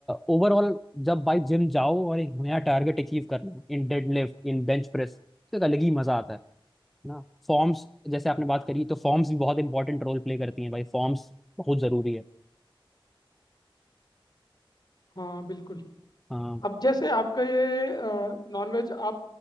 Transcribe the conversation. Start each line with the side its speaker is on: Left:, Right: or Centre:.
Centre: ओवरऑल जब भाई जिम जाओ और एक नया टारगेट अचीव कर लो in deadlift in bench press तो एक अलग ही मजा आता है है ना फॉर्म्स जैसे आपने बात करी तो फॉर्म्स भी बहुत इंपॉर्टेंट रोल प्ले करती हैं भाई फॉर्म्स बहुत जरूरी है
Left: हाँ बिल्कुल
Centre: हाँ
Left: अब जैसे आपका ये नॉनवेज आप